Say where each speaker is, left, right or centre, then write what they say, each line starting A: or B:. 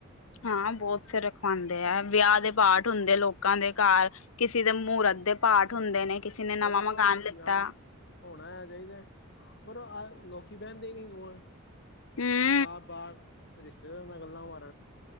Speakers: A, on the left; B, on the left.
A: ਹਾਂ ਬੋਤ ਫਿਰ ਰਖਵਾਂਦੇ ਆ ਵਿਆਹ ਦੇ ਪਾਠ ਹੁੰਦੇ ਲੋਕਾਂ ਦੇ ਘਾਰ ਕਿਸੇ ਦੇ ਮਹੂਰਤ ਦੇ ਪਾਠ ਹੁੰਦੇ ਨੇ ਕਿਸੇ ਨੇ ਨਵਾਂ
B: ਪਰ ਉਹ
A: ਮਕਾਨ ਲਿੱਤਾ
B: ਯਾਰ ਹੋਣਾ ਆ ਚਾਈਦਾ ਪਰ ਆਹ ਲੋਕੀ ਬੈਨਦੇ ਨੀ ਕੋਲ
A: ਹੂੰ
B: ਆਪ ਬਾਰ ਰਿਸ਼ਤੇਦਾਰਾਂ ਨਾਲ ਗੱਲਾਂ ਮਾ